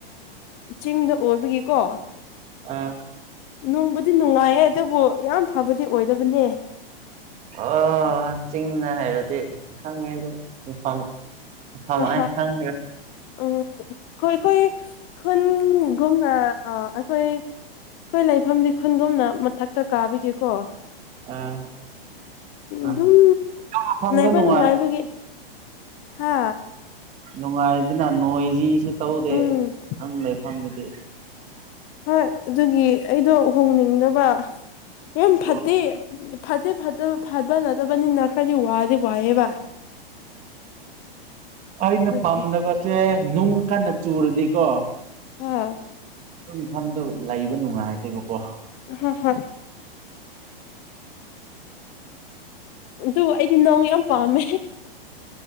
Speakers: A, on the left; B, on the right.
A: ꯆꯤꯡꯗ ꯑꯣꯏꯕꯒꯤꯀꯣ
B: ꯑ
A: ꯅꯨꯡꯕꯨꯗꯤ ꯅꯨꯡꯉꯥꯏꯌꯦ ꯑꯗꯨꯕꯨ ꯌꯥꯝ ꯐꯕꯗꯤ ꯑꯣꯏꯗꯕꯅꯦ
B: ꯑꯣ ꯆꯤꯡꯅ ꯍꯥꯏꯔꯗꯤ ꯈꯪꯉꯦ ꯑꯗꯨ ꯃꯐꯝ ꯐꯃ
A: ꯍꯣꯏ
B: ꯑꯩ ꯈꯪꯗ꯭ꯔꯦ
A: ꯎꯝ ꯑꯩꯈꯣꯏ ꯑꯩꯈꯣꯏ ꯈꯨꯟꯒꯨꯝꯅ ꯑ ꯑꯩꯈꯣꯏ ꯑꯩꯈꯣꯏ ꯂꯩꯐꯝꯗꯤ ꯈꯨꯟꯒꯨꯝꯅ ꯃꯊꯛꯇ ꯀꯥꯕꯤꯒꯦꯀꯣ
B: ꯑꯥ
A: ꯑꯗꯨꯝ
B: ꯗ
A: ꯂꯩꯕ
B: ꯅꯨꯡꯉꯥꯏ
A: ꯅꯨꯡꯉꯥꯏꯕꯒꯤ ꯍꯥ
B: ꯅꯨꯡꯉꯥꯏꯗꯅ ꯅꯣꯏꯁꯤꯁꯨ ꯇꯧꯗꯦ
A: ꯎꯝ
B: ꯑꯗꯨꯪ ꯂꯩꯐꯝꯗꯨꯗꯤ
A: ꯍꯣꯏ ꯑꯗꯨꯒꯤ ꯑꯩꯗꯣ ꯍꯣꯡꯅꯤꯡꯅꯕ ꯌꯥꯝ
B: ꯑꯣ
A: ꯐꯠꯇꯦ ꯐꯠꯇꯦ ꯐꯠꯇꯕ ꯐꯕ ꯅꯠꯇꯕꯅꯤꯅ ꯈꯔꯗꯤ ꯋꯥꯗꯤ ꯋꯥꯏꯑꯦꯕ
B: ꯑꯩꯅ
A: ꯑꯗꯨꯒꯤ
B: ꯄꯥꯝꯖꯕꯁꯦ ꯅꯨꯡ ꯀꯟꯅ ꯆꯨꯔꯗꯤꯀꯣ
A: ꯑ
B: ꯄꯐꯝꯗꯨ ꯂꯩꯕ ꯅꯨꯡꯉꯥꯏꯗꯦꯕꯀꯣ
A: ꯍ ꯍ ꯑꯗꯨ ꯑꯩꯗꯤ ꯅꯧ ꯌꯥꯝ ꯄꯥꯝꯃꯦ